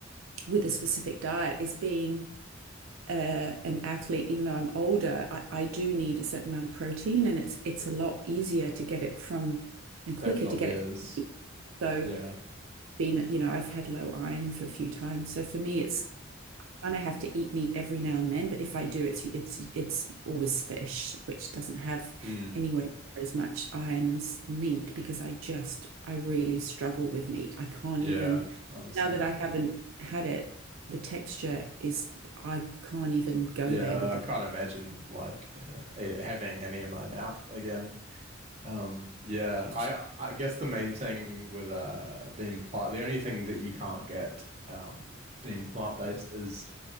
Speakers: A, on the right; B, on the right.
A: with a specific diet is being uh, an athlete, even though I'm older, I, I do need a certain amount of protein and it's it's a lot easier to get it from and quicker
B: definitely
A: to get
B: is.
A: it. from meat. So
B: Yeah.
A: being, you know, I've had low iron for a few times. So for me, it's kind of have to eat meat every now and then, but if I do, it's it's it's always fish, which doesn't have
B: Mm,
A: anywhere near as much iron as meat because I just I really struggle with meat. I can't
B: yeah,
A: even
B: I'm the same.
A: now that I haven't had it, the texture is I can't even go
B: Yeah,
A: there with
B: I
A: the
B: can't imagine like uh, eh, having any in my mouth again. Um, yeah,
A: it just
B: I I guess the main thing with uh being plant, the only thing that you can't get um being plant based is